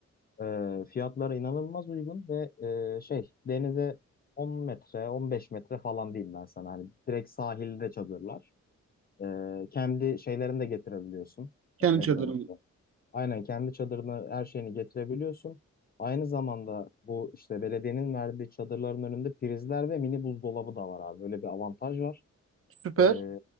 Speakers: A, on the left (about 35°); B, on the right (about 50°).
A: Ee, fiyatlara inanılmaz uygun ve e, şey denize 10 metre 15 metre falan diyeyim ben sana hani direkt sahilde çadırlar. Ee, kendi şeylerini de getirebiliyorsun.
B: Kendi
A: Ee, nedir
B: çadırını.
A: onun adı? Aynen kendi çadırını her şeyini getirebiliyorsun. Aynı zamanda bu işte belediyenin verdiği çadırların önünde prizler ve mini buzdolabı da var abi. Böyle bir avantaj var.
B: Süper.
A: Ee,